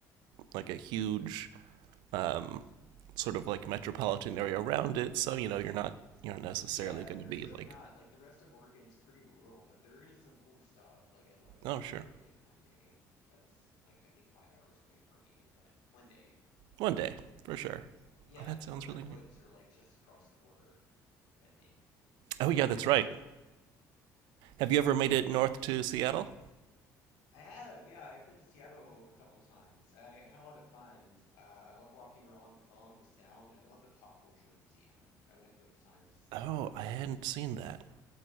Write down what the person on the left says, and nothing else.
Yeah,
there's
really
not. Like the rest of Oregon's pretty rural, but there is some cool stuff. Like I'd love to go
to
Crater Lake one day. That's like I think five hours away from me, but one day.
Yeah,
and
the Redwoods
are like just across the border, I think, right?
I have, yeah, I've been to Seattle a couple of times. I had a lot of fun. Uh, I love walking along along the Sound, and I love the Pop Culture Museum. I went both times
uh,
I visited.